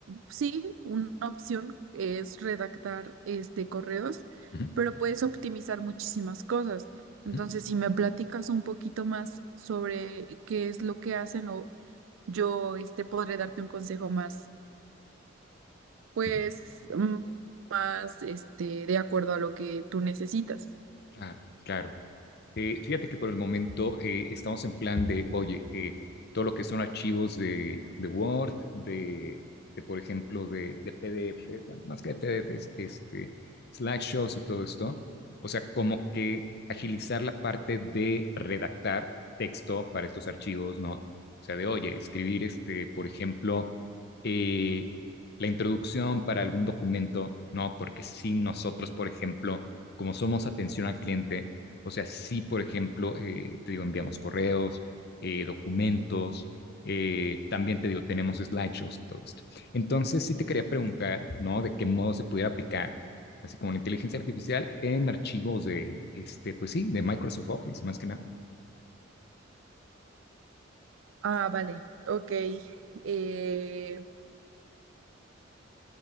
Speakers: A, on the right; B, on the left.
A: sí, una opción es redactar este correos,
B: ujú,
A: pero puedes optimizar muchísimas cosas. Entonces,
B: ujú,
A: si me platicas un poquito más sobre qué es lo que hacen o yo este podré darte un consejo más pues
B: ujú,
A: mm, más este, de acuerdo a lo que tú necesitas.
B: claro, claro. Eh, fíjate que por el momento eh, estamos en plan de, oye, eh, todo lo que son archivos de, de Word, de, de, por ejemplo, de, de PDF, bueno, más que de PDFs, este, slideshows y todo esto. O sea, como que agilizar la parte de redactar texto para estos archivos, ¿no? O sea, de, oye, escribir, este, por ejemplo, eh, la introducción para algún documento, ¿no? Porque si nosotros, por ejemplo, como somos atención al cliente, o sea, sí, por ejemplo, eh, te digo, enviamos correos, eh, documentos, eh, también te digo, tenemos slideshows y todo esto. Entonces, sí te quería preguntar, ¿no? De qué modo se pudiera aplicar, así como la inteligencia artificial, en archivos de, este, pues sí, de Microsoft Office, más que nada.
A: Ah, vale, ok. Eh,